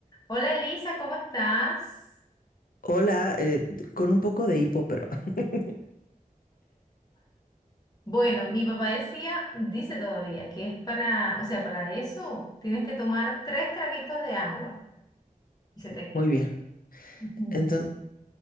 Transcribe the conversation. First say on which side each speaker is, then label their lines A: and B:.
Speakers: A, on the left; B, on the left.
A: Hola Elisa, ¿cómo estás?
B: Hola, eh, con un poco de hipo, pero <laughs>
A: Bueno, mi papá decía, dice todavía que es para, o sea, para eso tienes que tomar tres traguitos de agua y se te quita.
B: muy bien.
A: <laughs> Ujú.
B: Entonces,